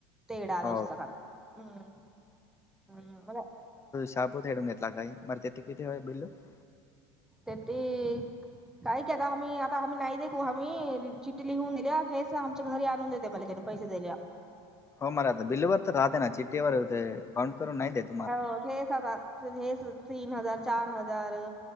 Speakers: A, in the centre; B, on the left.
A: तेडला
B: हो
A: पुस्तकता हम् हम् म <unintelligible>
B: सापूतेडूला काय मर तेती कितीय बिलू <unintelligible>
A: तेते काही की आता आम्ही आता आम्ही नाही दे आम्ही चिट लिहून दिल्या हेच आमच्या घरी आणून देते मला त्या, पैसे देल्या
B: होम रात बिल ववर तर राहते. ना चिट्टठी ववर हो काउंट करून नाही देत.
A: अ हेच आता हेच तीन हजार चार हजार